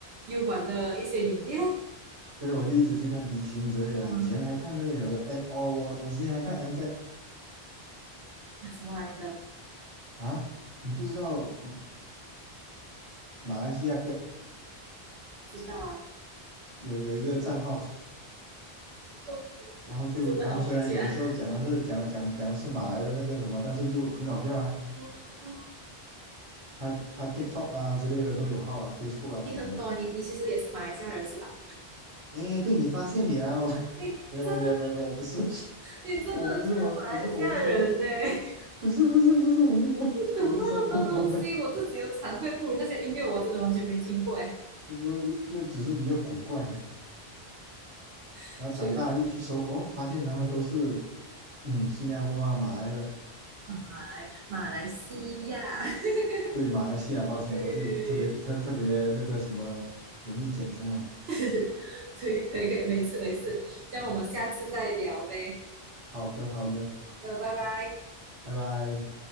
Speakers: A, on the right; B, on the right.
A: U 管的一些影片，
B: 所以我就一直去看迪青之类的。
A: 哇，
B: 以前还看那个叫做 M 哦，我我之前还看 M Gag
A: 什么来的？
B: 啊，你不知道马来西亚 Gag
A: 不知道啊，
B: 有有一个账号，
A: 我我我真的好假，
B: 然后就然后虽然有的时候讲的是讲讲讲的是马来的那个什么，但是就很搞笑啊。
A: 嗯，
B: 他他
A: 你看
B: TikTok 啊之类的都有号啊，Facebook 啊什么的。
A: 你很懂，你你其实也是马来西亚人是吧？
B: 哎，被你发现了？<laughs>
A: 你真的
B: 没有没有没有没有没有，我不是
A: 你真的很像马来西亚人呢、
B: 我不是我我是我是中国，
A: 欸
B: 不是不是不是我是我我是中国的，
A: 你懂那么多东西，我自己都惭愧不如那些音乐我真的完全没听过哎，欸
B: <laughs> 不那只是比较古怪。
A: <laughs>
B: 然后长大了一去搜，
A: 确实。
B: 哦，发现他们都是嗯新加坡啊、马来的，
A: 来马来西亚，<laughs>
B: 对马来西亚，抱歉，
A: 对，
B: 我就特别特特别那个什么容易简称了。
A: <laughs> 对，可以可以，没事没事，这样我们下次再聊呗。
B: 好的，好的，
A: 好的，拜拜。
B: 拜拜。